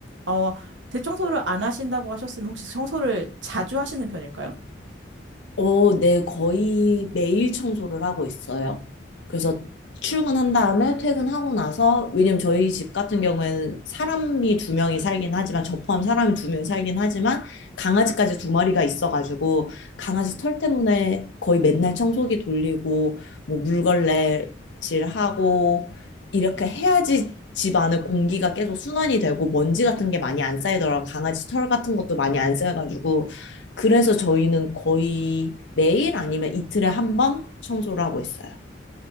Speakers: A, on the right; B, on the left.
A: 어, 대청소를 안 하신다고 하셨으면 혹시 청소를 자주 하시는 편일까요?
B: 어, 네, 거의 매일 청소를 하고 있어요. 그래서 출근한 다음에 퇴근하고 나서, 왜냐면 저희 집 같은 경우에는 사람이 두 명이 살긴 하지만, 저 포함 사람이 두 명이 살긴 하지만, 강아지까지 두 마리가 있어가지고, 강아지 털 때문에 거의 맨날 청소기 돌리고, 뭐 물걸레질 하고, 이렇게 해야지 집 안에 공기가 계속 순환이 되고, 먼지 같은 게 많이 안 쌓이더라고요. 강아지 털 같은 것도 많이 안 쌓여가지고, 그래서 저희는 거의 매일 아니면 이틀에 한 번 청소를 하고 있어요.